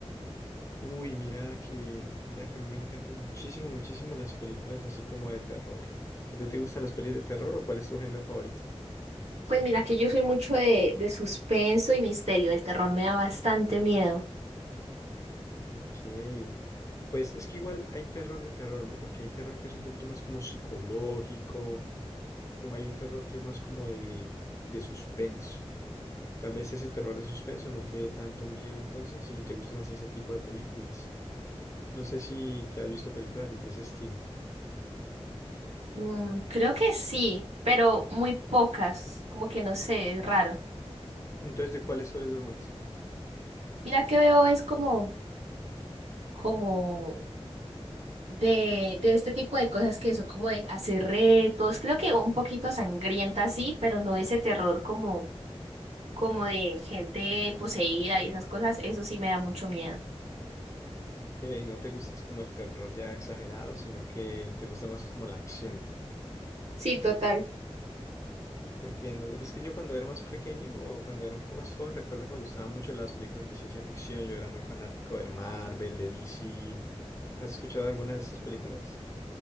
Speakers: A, on the left (about 30°); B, on the right (about 80°).
A: Uy, mira que, mira que a mí me encantan muchísimo, muchísimo las películas así como de terror. ¿A ti te gustan las pelis de terror o cuál es tu género favorito?
B: Pues mira que yo soy mucho de, de suspenso y misterio. El terror me da bastante miedo.
A: Ok, pues es que igual hay terror de terror, ¿no? Porque hay terror que es un poquito más como psicológico o hay un terror que es más como de, de suspenso. Tal vez ese terror de suspenso no te dé tanto miedo entonces y te guste más ese tipo de películas. No sé si te has visto películas de ese estilo.
B: Mm, creo que sí, pero muy pocas. Como que no sé, es raro.
A: Entonces, ¿de cuáles sueles ver más?
B: Mira que veo es como, como de, de este tipo de cosas que son como de hacer retos. Creo que un poquito sangrienta sí, pero no ese terror como como de gente poseída y esas cosas, eso sí me da mucho miedo.
A: Que ahí no te gusta es como el terror ya exagerado, sino que te gusta más como la acción.
B: Sí, total.
A: Te entiendo. Es que yo cuando era más pequeño o cuando era un poco más joven, recuerdo que me gustaban mucho las películas de ciencia ficción. Yo era muy fanático de Marvel, de DC. ¿Has escuchado alguna de estas películas?